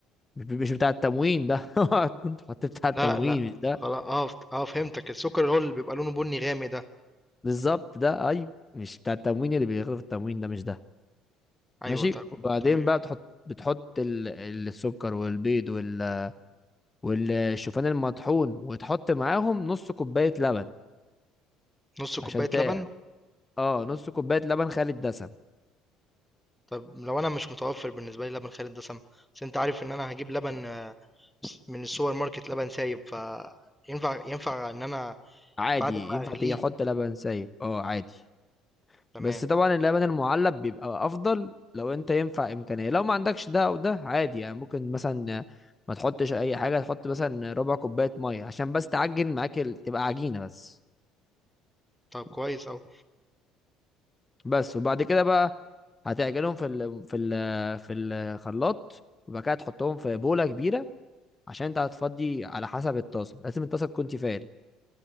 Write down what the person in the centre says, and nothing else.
لا
لا
خلاص اه فت- اه فهمتك السكر اللي هو اللي بيبقى لونه بني غامق ده
ايوه
طب
تمام
نص كوباية
لبن
طب لو انا مش متوفر بالنسبه لي لبن خالي الدسم بس انت عارف ان انا هجيب لبن آه، من السوبر ماركت لبن سايب فينفع ينفع ينفع ان انا
بعد ما
اغليه
تمام
طب كويس اوي